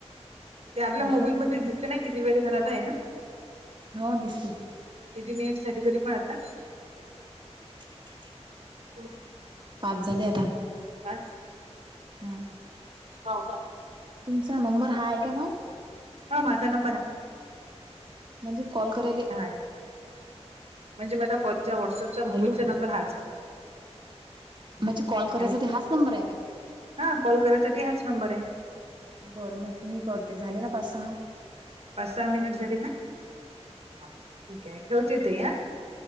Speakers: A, on the right; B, on the right.
A: ते आपल्या
B: प्रश्न
A: मोबाईल
B: खूप
A: मध्ये
B: होते
A: दिसते ना किती वेळ झाला तर आहे ना
B: हो दिसलेत
A: की मी सारी साठी मारल का
B: <inaudible>
A: हो
B: पाच झाले आता
A: पाच
B: हंम
A: सावकाश
B: तुमचा नंबर हा आहे का मग?
A: हो माझा नंबर आहे
B: म्हणजे कॉल करायले
A: हाय म्हणजे माझं कॉलच्या व्हॉटसअपच्या, मोबाईलचा
B: हॅलो
A: नंबर हाच आहे.
B: म्हणजे कॉल करायसाठी
A: हॅलो
B: हाच नंबर आहे काय?
A: हा कॉल करायसाठी हाच नंबर आहे.
B: बरं मग मी करते झाले ना पाच सहा
A: पाच सहा मिनिट झाले ना ठीक आहे ठेवते ताई.